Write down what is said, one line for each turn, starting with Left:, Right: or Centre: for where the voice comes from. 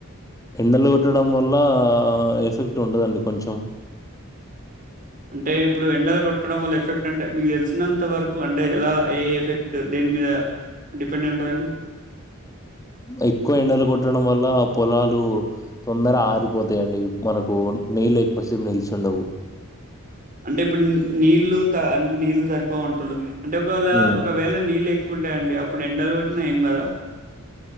Left: ఎండలు కొట్టడం వల్ల ఎఫ్ ఎఫెక్ట్ ఉంటదండి కొంచెం
Right: అంటే ఇప్పుడు ఎండలు కొట్టడం వల్ల ఎఫెక్ట్ అంటే, మీకు తెలిసినంత వరకు అంటే ఎలా ఏ ఎఫెక్ట్ దేని, మీద డిపెండ్ అయి ఉంటుందండి.
Left: ఎక్కువ ఎండలు కొట్టడం వల్ల పొలాలు తొందర ఆరిపోతాయండి. మనకు నీళ్ళు ఎక్కువసేపు నిల్చుండవు.
Right: అంటే ఇప్పుడు నీళ్లు త నీళ్లు సరిపోవ అంటు అంటే ఒకవేళ
Left: హ్మ్
Right: ఒకవేళ నీళ్ళు కుంటాయండి అప్పుడు ఎండలు కొట్టినా ఏం కాదు